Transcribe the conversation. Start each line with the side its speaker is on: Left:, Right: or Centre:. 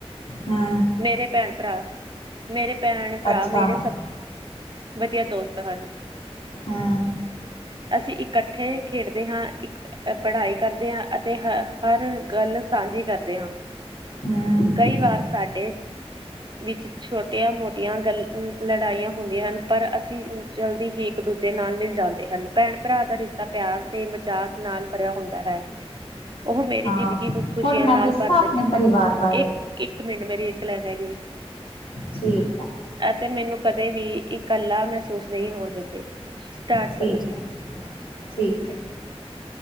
Left: ਹੂੰ
Right: ਮੇਰੇ ਭੈਣ ਭਰਾ ਮੇਰੇ, ਭੈਣ ਭਰਾ
Left: ਅੱਛਾ
Right: ਮੇਰੇ
Left: ਹੂੰ
Right: ਸਭ ਵਧੀਆ ਦੋਸਤ ਹਨ,
Left: ਹੂੰ
Right: ਅਸੀਂ ਇਕੱਠੇ ਖੇਡਦੇ ਹਾਂ ਪੜ੍ਹਾਈ ਕਰਦੇ ਹਾਂ ਅਤੇ ਹ ਹਰ ਗੱਲ ਸਾਂਝੀ ਕਰਦੇ ਹਾਂ
Left: ਹੂੰ
Right: ਕਈ ਵਾਰ ਸਾਡੇ ਵਿੱਚ ਛੋਟੀਆਂ ਮੋਟੀਆਂ ਗੱਲ ਲੜਾਈਆਂ ਹੁੰਦੀਆਂ ਹਨ ਪਰ ਅਸੀਂ ਜਲਦੀ ਹੀ ਇੱਕ ਦੂਜੇ ਨਾਲ ਮਿਲ ਜਾਂਦੇ ਹਨ ਭੈਣ ਭਰਾ ਦਾ ਰਿਸ਼ਤਾ ਪਿਆਰ ਤੇ ਮਜ਼ਾਕ ਨਾਲ ਭਰਿਆ ਹੁੰਦਾ ਹੈ। ਉਹ
Left: ਹਾਂ
Right: ਮੇਰੀ ਜ਼ਿੰਦਗੀ, ਨੂੰ ਖੁਸ਼ੀਆਂ
Left: ਹੁਣ ਮੈਂ
Right: ਨਾਲ
Left: ਦੱਸਾਂ
Right: ਭਰਦੇ
Left: ਆਪਣੇ ਪਰਿਵਾਰ ਬਾਰੇ
Right: ਇੱਕ ਇੱਕ ਮਿੰਟ ਮੇਰੀ, ਕਲਹ ਹੈਗੀ ਐਂ,
Left: ਠੀਕ ਹੈ,
Right: ਤੇ ਮੈਨੂੰ ਕਦੇ ਵੀ ਇਕੱਲਾ ਮਹਿਸੂਸ ਨਹੀਂ ਹੋਣ ਦਿੰਦੇ। ਸਟਾਰਟ
Left: ਠੀਕ
Right: ਕਰੋ ਜੀ
Left: ਹੈ ਠੀਕ ਹੈ,